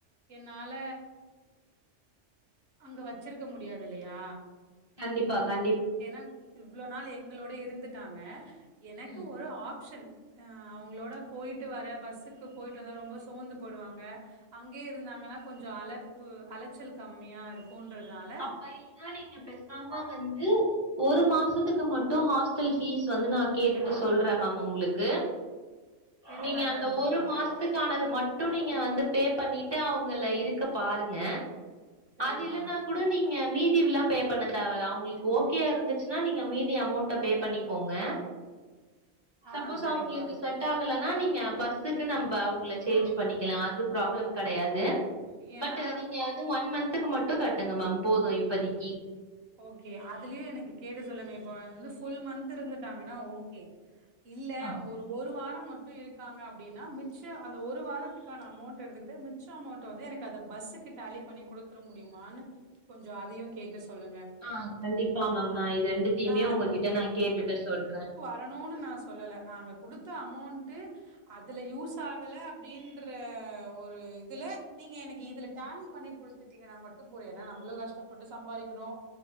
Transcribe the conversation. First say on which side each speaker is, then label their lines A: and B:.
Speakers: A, on the right; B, on the right.
A: என்னால அங்க வச்சிருக்க முடியாதுல்லயா
B: கண்டிப்பாக கண்
A: ஏனா இவ்ளோ நாள் எங்களோட இருந்துட்டாங்க எனக்கு
B: ம்
A: ஒரு ஆப்ஷன் ஆ அவங்களோட போயிட்டு வரே பஸ்ஸுக்கு போயிட்டு வந்தா ரொம்ப சோந்து போய்டுவாங்க அங்கே இருந்தாங்கன்னா கொஞ்சம் அலப்பு அலைச்சல் கம்மியா இருக்கும்ன்றதுனால
B: அப்டி இல்லனா நீங்க பேசாம வந்து ஒரு மாசத்துக்கு மட்டு ஹாஸ்டல் ஃபீஸ் வந்து நா கேட்டுட்டு சொல்ற மேம் உங்ளுக்கு
A: இது
B: நீங்க
A: நல்லா
B: அந்த
A: இருக்குப்பா
B: ஒரு மாஸ்த்துக்கானது மட் டும் நீங்க வந்து பே பண்ணிட்டு அவுங்கல இருக்க பாருங்க
A: சரிப்பா
B: அது இல்லனா குடு நீங்க மீதிவிலா பே பண்ண தேவல அவுங்ளுக் ஓகேயாருந்துச்சுனா மீதி அமோண்ட பே பண்ணிக்கோங்க சப்போஸ்
A: ஆ சரிப்பா
B: அவுங்ளுக்கு செட் ஆகலனா நீங்க பஸ்ஸுக்கு நம்ப அவுங்களுக்கு சேஞ்ச் பண்ணிக்கலா அது ப்ராப்ளம் கெடயாது
A: ஏன்னா
B: பட் நீங்க வந்து ஒன் மந்த்துக்கு மட்டு கட்டுங்க மேம் போது இப்பதக்கி
A: ஓகே அதுலயும் எனக்கு கேட்டு சொல்லுங்க இப்போ வ வந்து ஃபுல் மந்த் இருந்துட்டாங்கனா ஓகே இல்ல
B: ஆ
A: அவுங்க ஒரு ஒரு வார மட் டும் இருக்காங்க அப்டின்னா மிச்ச அந்த ஒரு வாரத்துக்கான அமோண்ட எடுத்துகிட்டு மிச்ச அமோண்ட வந்து எனக்கு அத பஸ்ஸுக்கு டேலி பண்ணி குடுத்திற முடியுமான்னு கொஞ்சம் அதயும் கேட்டு சொல்லுங்க
B: ஆ கண்டிப்பா மேம் நா இது ரெண்டுதயுமே
A: நா
B: அவுங்கிட்ட நா கேட்டுட்டு சொல்றே
A: பணனு நா சொல்லல நாங்க குடுத்த அமோன்ட்டு அதுல யூஸாகல அப்டின்ற ஒரு இதுல நீங்க எனக்கு இதுல டாலி பண்ணி குடுத் த்துட்டீங்கனா மட்டு போது ஏனா நம்ப்ளு கஷ்டப்பட்டு சம்பாறிக்கிறோ